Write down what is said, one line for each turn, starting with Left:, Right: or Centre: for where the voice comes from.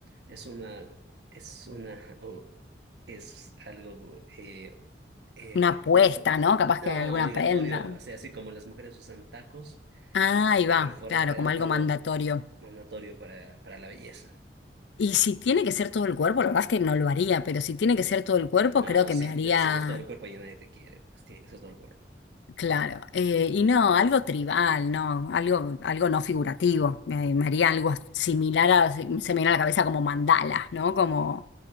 Right: es una, es una, <laughs> o es algo eh, Eh,
Left: una apuesta,
Right: ob-
Left: ¿no? Capaz
Right: no,
Left: que alguna
Right: obligatorio,
Left: prenda.
Right: o sea, así como las mujeres usan tacos
Left: Ah,
Right: y
Left: ahí
Right: y te
Left: va,
Right: perforan,
Left: claro,
Right: eh,
Left: como algo
Right: algo
Left: mandatorio.
Right: mandatorio para, para la belleza.
Left: Y si tiene que ser todo el cuerpo, la verdad es que no lo haría, pero si tiene que ser todo el cuerpo,
Right: No,
Left: creo que
Right: sí,
Left: me haría
Right: pero si no es todo el cuerpo ya nadie te quiere, pues tiene que ser todo el cuerpo.
Left: Claro, eh, y no, algo tribal, no, algo, algo no figurativo, me, me haría algo similar a, se me viene a la cabeza como mandalas, ¿no? Como,